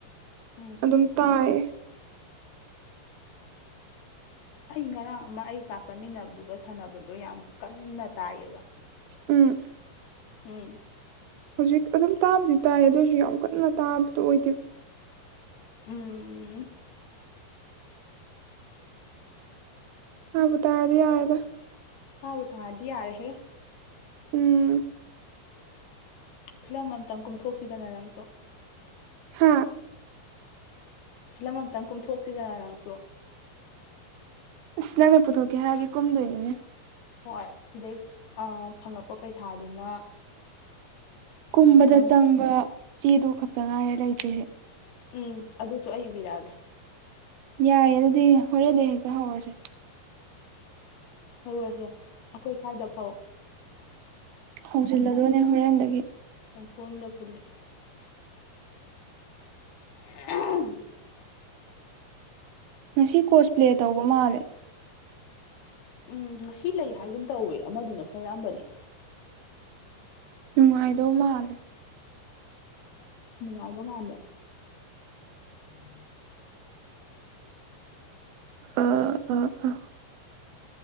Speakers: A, on the left; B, on the right.
A: ꯎꯝ
B: ꯑꯗꯨꯝ ꯇꯥꯏꯌꯦ
A: ꯑꯩ ꯉꯔꯥꯡ ꯑꯃ ꯑꯩꯒ ꯆꯥꯛ ꯆꯥꯃꯤꯟꯅꯕꯗꯨꯒ ꯁꯥꯟꯅꯕꯗꯣ ꯌꯥꯝ ꯀꯟꯅ ꯇꯥꯏꯌꯦꯕ
B: ꯎꯝ
A: ꯎꯝ
B: ꯍꯧꯖꯤꯛ ꯑꯗꯨꯝ ꯇꯥꯕꯨꯗꯤ ꯇꯥꯏ ꯑꯗꯨꯑꯣꯏꯁꯨ ꯌꯥꯝ ꯀꯟꯅ ꯇꯥꯕꯗꯨ ꯑꯣꯏꯗꯦꯕ
A: ꯎꯝ ꯎꯝ
B: ꯇꯥꯕꯨ ꯇꯥꯔꯗꯤ ꯌꯥꯔꯦꯗ
A: ꯇꯥꯕꯨ ꯇꯥꯔꯗꯤ ꯌꯥꯔꯦ ꯍꯦ
B: ꯎꯝ
A: ꯐꯤꯂꯝ ꯑꯝꯇꯪ ꯀꯨꯝꯊꯣꯛꯁꯤꯗꯅ ꯅꯪꯁꯨ
B: ꯍꯥꯥ
A: ꯐꯤꯂꯝ ꯑꯝꯇꯪ ꯀꯨꯝꯊꯣꯛꯁꯤꯗꯅ ꯅꯪꯁꯨ
B: ꯑꯁ ꯅꯪꯅ ꯄꯨꯊꯣꯛꯀꯦ ꯍꯥꯏꯔꯗꯤ ꯀꯨꯝꯗꯣꯏꯅꯤꯅꯦ
A: ꯍꯣꯏ ꯁꯤꯗꯩ ꯑ ꯐꯪꯉꯛꯄ ꯄꯩꯁꯥꯗꯨꯅ
B: ꯀꯨꯝꯕꯗ
A: ꯅꯪ
B: ꯆꯪꯕ ꯆꯦꯗꯨ ꯈꯛꯇ ꯉꯥꯏꯔꯦ ꯂꯩꯇ꯭ꯔꯤꯁꯦ
A: ꯎꯝ ꯑꯗꯨꯁꯨ ꯑꯩ ꯏꯕꯤꯔꯛꯑꯒꯦ
B: ꯌꯥꯏꯌꯦ ꯑꯗꯨꯗꯤ ꯍꯣꯔꯦꯟꯗꯩ ꯍꯦꯛꯇ ꯍꯧꯔꯁꯦ
A: ꯍꯧꯔꯁꯦ ꯑꯩꯈꯣꯏ ꯁ꯭ꯋꯥꯏꯗꯐꯥꯎ
B: ꯍꯧꯖꯤꯜꯂꯗꯣꯏꯅꯦ ꯍꯣꯔꯦꯟꯗꯒꯤ
A: ꯄꯪꯄꯨꯟꯗ ꯄꯨꯜꯂꯤ <unintelligible>
B: ꯉꯁꯤ ꯀꯣꯁ ꯄ꯭ꯂꯦ ꯇꯧꯕ ꯃꯥꯜꯂꯦ
A: ꯎꯝ ꯉꯁꯤ ꯂꯩ ꯍꯥꯏꯒꯨꯝ ꯇꯧꯋꯦ ꯑꯃꯗꯨꯅꯁꯨ ꯍꯥꯏꯔꯑꯝꯕꯅꯦ
B: ꯅꯨꯡꯉꯥꯏꯗꯧ ꯃꯥꯜꯂꯦ
A: ꯅꯨꯡꯉꯥꯏꯕ ꯃꯥꯟꯕ <inaudible>
B: ꯑ ꯑ ꯑ